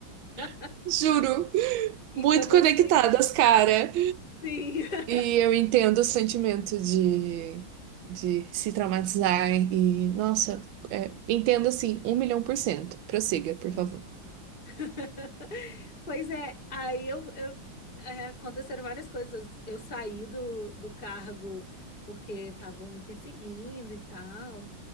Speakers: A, on the left; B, on the right.
A: <laughs>
B: <laughs> Juro,
A: então
B: muito
A: você
B: conectadas,
A: entende.
B: cara.
A: Sim. <laughs>
B: E eu entendo o sentimento de, de se traumatizar e, nossa, é, entendo assim, um milhão por cento. Prossiga,
A: Sim.
B: por favor.
A: <laughs> Pois é, aí eu, eu- é, aconteceram várias coisas. Eu saí do, do cargo porque estavam me perseguindo e tal.